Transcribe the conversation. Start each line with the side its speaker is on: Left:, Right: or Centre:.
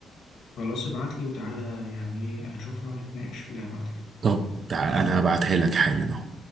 Left: خلاص ابعتلي وتعالى يعني إيه، هشوفها ونتناقش فيها بعد كده
Right: طب تعال أنا هبعتها لك حالا أهو